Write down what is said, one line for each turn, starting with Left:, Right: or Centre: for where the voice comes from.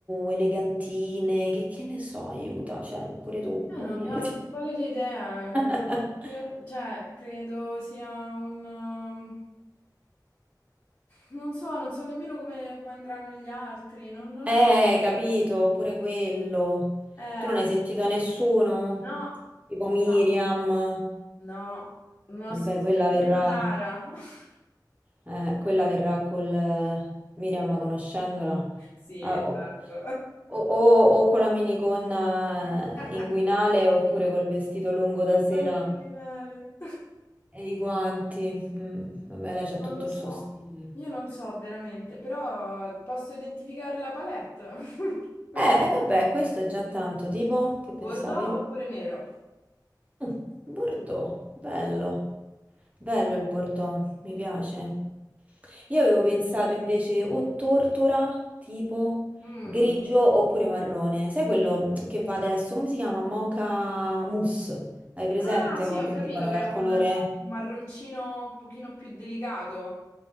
Right: elegantine, che, che ne so, aiuta, cioè pure tu, dammi...
Left: Io non ne ho la più pallida idea,
Right: <laughs>
Left: credo sia- cioè, credo sia un... eh, Non so, non so nemmeno come, come andranno gli altri, non, non
Right: Eh,
Left: lo so.
Right: capito, pure quello.
Left: Eh,
Right: Tu non hai sentito nessuno?
Left: no,
Right: Tipo Miriam.
Left: no, no, non ho
Right: Vabbè,
Left: sentito
Right: quella
Left: nemmeno
Right: verrà,
Left: Tara. <laughs>
Right: eh, quella verrà col eh, Miriam conoscendola.
Left: Sì,
Right: Ah,
Left: esatto.
Right: o, o- o- o con la minigonna
Left: <laughs>
Right: inguinale oppure col vestito lungo da sera
Left: Con il finale.
Right: e i guanti. Mm, vabbè, lei c'ha
Left: Non
Right: tutto
Left: lo so,
Right: il suo stile.
Left: io non so veramente, però posso identificare la palette. <laughs> Quello.
Right: Eh, e vabbè,
Left: Eh,
Right: questo è già tanto, tipo, che pensavi?
Left: Bordeaux oppure nero?
Right: Mm, Bordeaux, bello. Bello
Left: Mm.
Right: il Bordeaux, mi piace. Io avevo pensato invece o tortora, tipo
Left: Mm.
Right: grigio oppure marrone. Sai quello che va adesso? Come si chiama? Mocha mousse. Hai presente?
Left: Ah, sì,
Right: Mo
Left: ho
Right: che
Left: capito
Right: dicono
Left: che
Right: che è
Left: è
Right: il
Left: un
Right: colore...
Left: eh, marroncino un pochino più delicato.